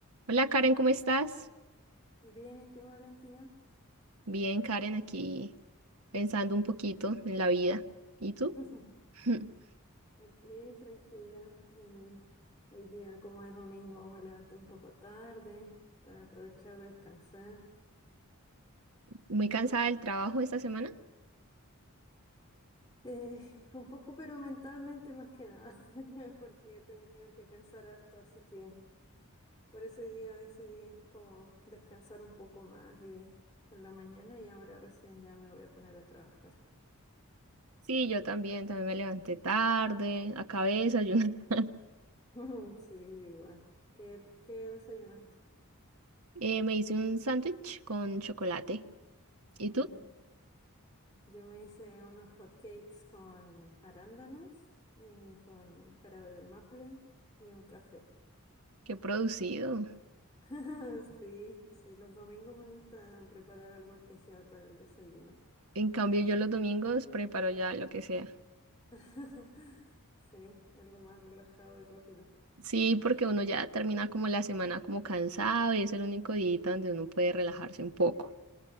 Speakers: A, on the right (about 80°); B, on the left (about 20°).
A: Hola Karen, ¿cómo estás?
B: Bien, ¿y tú, Valentina?
A: Bien, Karen, aquí pensando un poquito en la vida. ¿Y tú?
B: <clears throat>
A: <laughs>
B: Aquí, tranquila. em, hoy día, como es domingo, me levanté un poco tarde para aprovechar de descansar.
A: ¿Muy cansada del trabajo esta semana?
B: Eh, <laughs> un poco, pero mentalmente más que nada, <laughs> porque he tenido que pensar harto, así que por eso hoy día decidí como descansar un poco más y en la mañana y ahora recién ya me voy a poner a trabajar.
A: Sí, yo también, también me levanté tarde, acabé de desayunar. <laughs>
B: <laughs> Sí, yo igual. ¿Qué, qué desayunaste?
A: Eh, me hice un sándwich con chocolate. ¿Y
B: Mm.
A: tú?
B: Yo me hice unos hot cakes con arándanos y con jarabe de maple y un café.
A: Qué producido.
B: <laughs> Sí, sí, los domingos me gusta preparar algo especial para el desayuno.
A: En cambio, yo los domingos preparo ya lo que sea.
B: <laughs> Sí, algo más relajado y rápido.
A: Sí, porque uno ya termina como la semana como cansado y es el único día donde uno puede relajarse un poco.